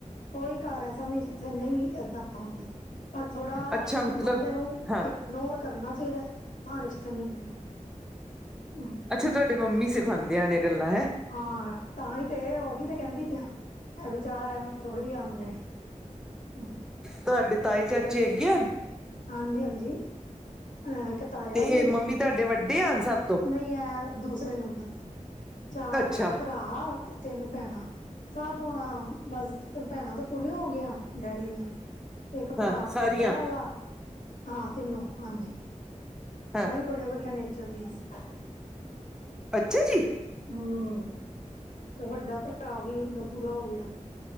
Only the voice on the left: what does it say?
ਕੋਈ ਘਰ ਐਸਾ ਨਈ ਜਿੱਥੇ ਨਈ ਏਦਾਂ- ਆਉਂਦੀ, ਪਰ ਥੋੜਾ
ਬੰਦੇ ਨੂੰ
ਇ ਇਗਨੋਰ ਕਰਨਾ ਚਾਈਦੈ, ਤਾਂ ਰਿਸ਼ਤੇ ਨਿਬਦੇ ਨੇ। ਹੂੰ।
ਹਾਂ ਤਾਂ ਈ ਤੇ ਉਹੀ ਤੇ ਕੈਂਦੀ ਪਈ ਆ ਐ ਵਿਚਾਰ ਐਵੇਂ ਥੋੜ੍ਹੀ ਆਦੇ ਨੇ। ਹੂੰ।
ਹਾਂਜੀ-ਹਾਂਜੀ ਅਹ ਤਾਇਆ
ਜੀ
ਨਈ ਐ ਦੂਸਰੇ ਨੰਬਰ ਤੇ। ਚਾਰ
ਭਰਾ ਤੇ ਤਿੰਨ ਭੈਨਾ। ਸਭ ਹੁਣ ਬਸ ਭੈਣਾਂ ਤਾਂ ਪੂਰੀਆਂ ਹੋ ਗਈਆਂ, ਡੈਡੀ ਦੀਆਂ। ਤੇ ਇੱਕ ਭਰਾ
ਵੱਡਾ ਆਲਾ, ਹਾਂ ਤਿੰਨੋ ਹਾਂਜੀ।
ਉ ਵੀ ਬੜੇ ਵਧੀਆ ਨੇਚਰ ਦੀਆਂ ਸੀ।
ਹੂੰ ਤੇ ਵੱਡਾ ਭਰਾ ਵੀ ਉਦਾ ਪੂਰਾ ਹੋ ਗਿਆ।